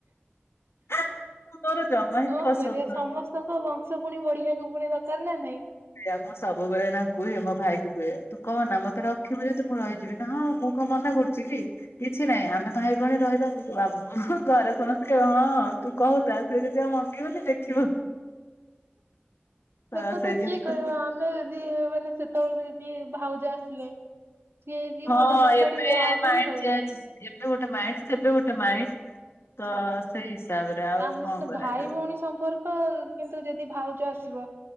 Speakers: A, on the left; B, on the right.
A: <inaudible>
B: ସବୁ
A: ହିଁ ପସନ୍ଦ
B: ମେରେ
A: ନୁହଁ।
B: ସମସ୍ତଙ୍କ ବଂଶ ପୁଣି ବଢିବାକୁ ପୁଣି ଦରକାର ନା ନାଇଁ।
A: ଆ ମୁଁ ସବୁବେଳେ ନା କୁହେ ମୋ ଭାଇ କି କୁହେ ତୁ କହ ନା ମତେ ରଖିବୁ ଯଦି ମୁଁ ରହିବି। ରଖିବି ନା ହଁ ମୁଁ କଣ ମନା କରୁଛି କି କିଛି ନାହିଁ ଆମେ ଭାଇ ଭଉଣୀ ରହିବା। ଘରେ ସମସ୍ତେ ହଁ ତୁ କହୁଥା ସେ ଯଦି ଆଉ ମଙ୍ଗିବନି ଦେଖିବୁ। ତ
B: ସେ କଥା
A: ଜିନିଷ
B: କିଏ କହିବ ଆମେ ଯଦି ମାନେ ସେତେବେଳକୁ ଯଦି ଭାଉଜା ଆସିଲେ। ସିଏ ଯଦି
A: ହଁ
B: ଭଲ ନ
A: ଏବେ
B: ପଡିବେ ଆହୁରି
A: ମାଇଣ୍ଡ
B: ହଇରାଣ।
A: ଚେଞ୍ଜ ଏବେ ଗୋଟେ ମାଇଣ୍ଡ ସେବେ ଗୋଟେ ମାଇଣ୍ଡ ତ
B: ସେଇଆ
A: ସେଇ ହିସାବରେ। ଆଉ
B: ଆମେ
A: କଣ
B: ସେ
A: କରାଯିବ
B: ଭାଇ ଭଉଣୀ ସମ୍ପର୍କ କିନ୍ତୁ ଯଦି ଭାଉଜ ଆସିବ।